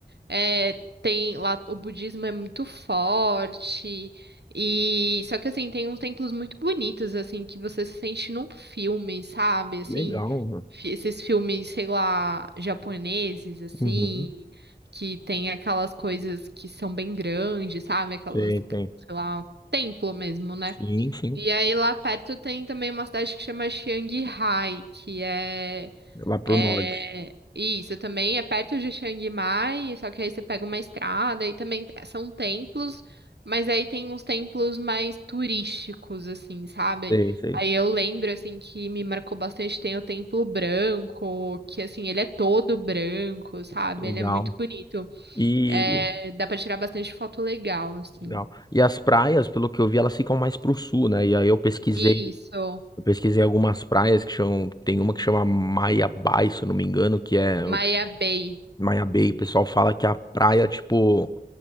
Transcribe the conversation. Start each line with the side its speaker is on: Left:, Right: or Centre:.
Right: É, tem lá o budismo é muito forte e só que assim tem uns templos muito bonitos assim que você se sente num filme, sabe? Assim,
Left: Legal, mano.
Right: fi- esses filmes, sei lá, japoneses assim,
Left: Uhum.
Right: que tem aquelas coisas que são bem grandes, sabe? Aquelas,
Left: Sei, sei.
Right: sei lá, templo mesmo, né?
Left: Sim, sim.
Right: E aí lá perto tem também uma cidade que chama Chiang Rai, que é
Left: É Lá pro
Right: é,
Left: norte.
Right: isso também é perto de Chiang Mai, só que aí você pega uma estrada e também t- são templos, mas aí tem uns templos mais turísticos, assim, sabe?
Left: Sei, sei.
Right: Aí eu lembro, assim, que me marcou bastante, tem o Templo Branco, que, assim, ele é todo branco, sabe?
Left: Legal.
Right: Ele é muito bonito.
Left: E
Right: É, dá pra tirar bastante foto legal, assim.
Left: legal. E as praias, pelo que eu vi, elas ficam mais pro sul, né? E aí eu pesquisei,
Right: Isso,
Left: eu pesquisei algumas praias que chamam, tem uma que chama Maia Bay, se eu não me engano, que é
Right: Maya Bay.
Left: Maia Bay. O pessoal fala que a praia, tipo,